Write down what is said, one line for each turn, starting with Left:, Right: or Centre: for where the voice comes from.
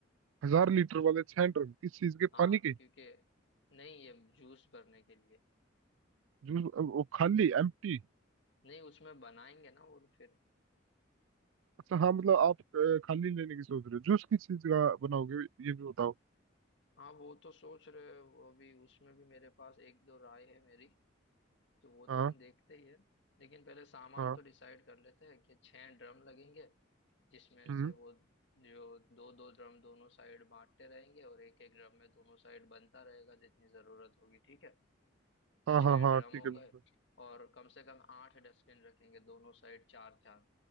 Right: हजार लीटर वाले छह ड्रम किस चीज के
Left: हाँ
Right: पानी के
Left: क्योंकि नहीं ये जूस भरने के लिए
Right: जूस वो खाली एम्प्टी
Left: नहीं उसमें बनाएंगे ना वो फिर
Right: अच्छा हाँ मतलब आप अ, खाली लेने की सोच रहे हो जूस किस चीज का बनाओगे ये भी बताओ
Left: हाँ वो तो सोच रहे हैं, वो भी उसमें भी मेरे पास एक दो राय है मेरी तो वो तो
Right: हाँ
Left: हम देखते ही है लेकिन पहले सामान
Right: हाँ
Left: तो डिसाइड कर लेते हैं कि छः ड्रम लगेंगे जिसमें
Right: हम्म
Left: से वो जो दो दो ड्रम दोनों साइड बांटते रहेंगे और एक एक ड्रम में दोनों साइड बनता रहेगा जितनी जरूरत होगी ठीक है तो
Right: हाँ
Left: छह
Right: हाँ हाँ
Left: ड्रम
Right: ठीक
Left: हो
Right: है बिल्कुल
Left: गए और कम से कम आठ डस्टबिन रखेंगे दोनों साइड चार चार